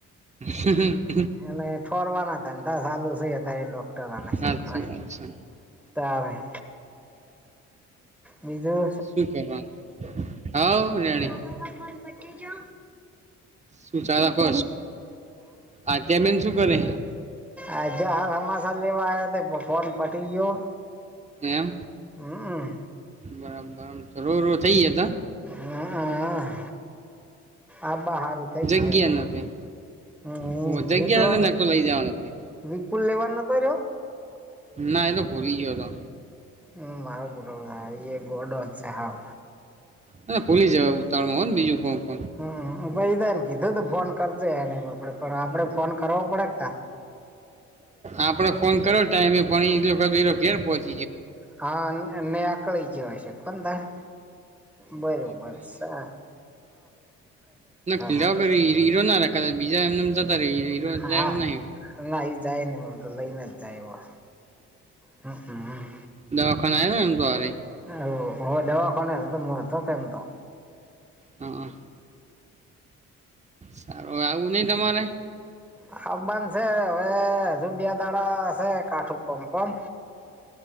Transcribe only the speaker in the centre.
એને ઠોરવાના ધંધા ચાલુ છે અત્યારે ડોક્ટરને
શું કરાય.
તારે બીજું
મોમા નો ફોન પટેજો?
આધ્યા આ સમાચાર લેવા આયા તો ફોન પતી ગયો.
હમ
હ હ આબા હારું થઈ
જાય
હમ
વિપ્લો
વિપુલ લેવા નતો રહ્યો
હમ મારો ગોડો એ ગોડો જ છે હાવ.
હમ ભાઈ તાને કીધું તું ફોન કરજે એને પણ આપડે ફોન કરવા પડે તા
હા ને ને નેકળી જો હશે કોન દાળે બરોબર સા.
નહી
હા
ના એ જાય નને હમ તો લઈને જ જાય વો. હમ હમ.
હ હવે દવાખોને તો તો મ તો કેમતો
આ બંધ છે હવે હજુ બે દાડા છે કાઠું કોમ કોમ